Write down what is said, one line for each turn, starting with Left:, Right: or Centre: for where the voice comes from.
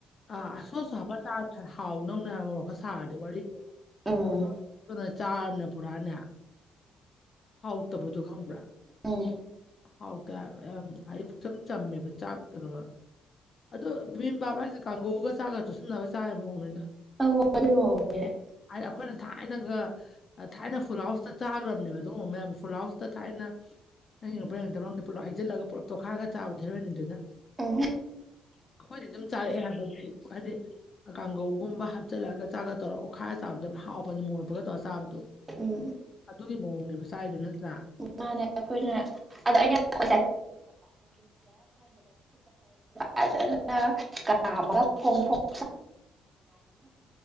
Left: ꯑꯥ ꯁꯣꯠꯁꯨ ꯍꯥꯞꯄꯥ ꯆꯥꯔꯗꯤ ꯈꯔ ꯍꯥꯎꯗꯧꯅꯦ ꯍꯥꯏꯕ ꯃꯔꯣꯛ ꯈꯔ ꯁꯥꯔꯗꯤ ꯋꯥꯔꯤꯗꯨ
Right: ꯎꯝ
Left: ꯁꯣꯠ ꯑꯗꯨꯅ ꯆꯥꯔꯕꯅꯤꯅ ꯄꯨꯔꯥꯅꯦ ꯍꯥꯎꯇꯕꯗꯣ ꯈꯪꯕ꯭ꯔꯥ
Right: ꯎꯝ
Left: ꯍꯥꯎꯇꯦ ꯍꯥꯏꯕ ꯌꯥꯝꯅ ꯍꯥꯏꯗꯤ ꯄꯨꯛꯆꯝ ꯆꯝꯃꯦꯕ ꯆꯥꯛ ꯀꯩꯅꯣ ꯑꯗꯣ ꯕꯤꯝ ꯕꯥꯞ ꯍꯥꯏꯁꯦ ꯀꯥꯡꯍꯧꯒ ꯆꯥꯛꯒ ꯇꯣꯠꯁꯤꯟꯅꯔꯒ ꯆꯥꯕꯩ ꯃꯑꯣꯡ ꯅꯤꯗ
Right: ꯑꯣ ꯑꯗꯨ <unintelligible>
Left: ꯍꯥꯏꯗꯤ ꯑꯩꯈꯣꯏꯅ ꯊꯥꯏꯅꯒ ꯊꯥꯏꯅ ꯐꯨꯜꯍꯥꯎꯁꯇ ꯆꯥꯈ꯭ꯔꯕꯅꯦꯕ ꯑꯗꯨꯒꯨꯝꯕ ꯃꯌꯥꯝꯁꯦ ꯐꯨꯜꯍꯥꯎꯁꯇ ꯊꯥꯏꯅ ꯑꯪ ꯌꯦꯡꯉꯛꯄ ꯌꯦꯡꯉꯛꯇꯕ ꯈꯪꯗꯦ ꯄꯨꯂꯞ ꯍꯩꯖꯜꯂꯒ ꯄꯨꯂꯞ ꯇꯣꯠꯈꯥꯏꯔꯒ ꯆꯥꯕꯗꯤ ꯍꯔꯣꯏꯅꯤꯗꯨꯅ
Right: ꯎꯝ
Left: ꯑꯩꯈꯣꯏꯗꯤ ꯑꯗꯨꯝ ꯆꯥꯔꯛꯑꯦ ꯍꯥꯏꯕ ꯍꯥꯏꯗꯤ ꯀꯥꯡꯒꯧꯒꯨꯝꯕ ꯍꯥꯞꯆꯤꯜꯂꯒ ꯆꯥꯛꯀ ꯇꯧꯔ ꯑꯣꯠꯈꯥꯏꯔ ꯆꯥꯕꯗꯣ ꯌꯥꯝ ꯍꯥꯎꯕꯅ ꯃꯣꯔꯣꯛ ꯃꯦꯠꯄꯒ ꯇꯧꯔ ꯆꯥꯕꯗꯣ
Right: ꯎꯝ
Left: ꯑꯗꯨꯒꯤ ꯃꯑꯣꯡꯅꯦꯕ ꯆꯥꯏꯗꯨ ꯅꯠꯇ꯭ꯔ
Right: ꯑꯣ ꯃꯥꯅꯦ ꯑꯩꯈꯣꯏꯅ ꯑꯗꯣ ꯑꯩꯅ <unintelligible> ꯐꯖꯅ ꯀꯥꯝꯃꯒ ꯐꯣꯡ ꯐꯣꯡ